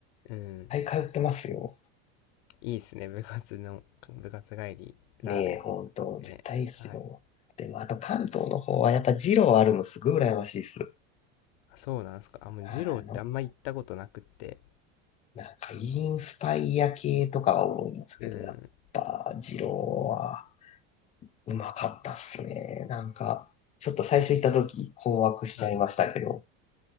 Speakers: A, on the left (about 80°); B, on the left (about 20°).
A: うん。
B: い通ってますよ。
A: いいっすね。部活の、部活帰り、ラーメ
B: ねえ、ほんと、
A: ン。
B: 絶対いいっすよ。
A: ね。はい。
B: でも、あと関東の方はやっぱ二郎あるのすごい羨ましいっす。
A: あそうなんですか。あ、もう、二郎ってあんま行ったことなくって。
B: あの、なんかインスパイア系とかが多いんですけど、
A: うん。
B: やっぱ二郎はうまかったっすね。なんか、ちょっと最初行った時困惑しちゃいましたけど、
A: はい。